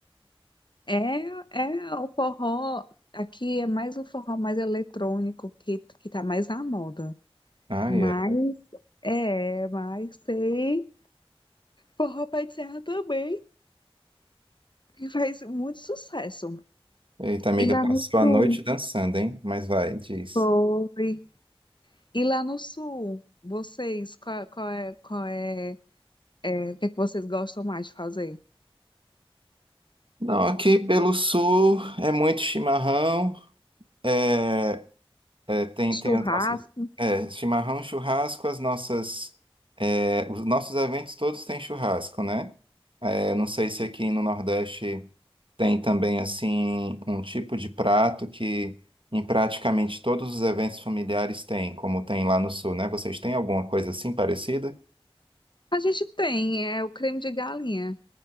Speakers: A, on the left; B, on the right.
A: É, é o forró, aqui é mais o forró mais eletrônico que, que tá mais na moda.
B: Ah,
A: Mas
B: é.
A: é, mas tem forró pé de serra também, que faz muito sucesso.
B: Eita, amiga,
A: E lá
B: passou
A: no sul,
B: a noite dançando, hein? Mas vai, diz.
A: foi. E lá no sul, vocês, qual, qual é, qual é, é, o que é que vocês gostam mais de fazer?
B: Não, aqui pelo sul é muito chimarrão. É... É, tem,
A: Churrasco?
B: tem as nossas. É, chimarrão, churrasco, as nossas. é, os nossos eventos todos têm churrasco, né? É, não sei se aqui no Nordeste tem também, assim, um tipo de prato que em praticamente todos os eventos familiares tem, como tem lá no Sul, né? Vocês têm alguma coisa assim parecida?
A: A gente tem, é o creme de galinha.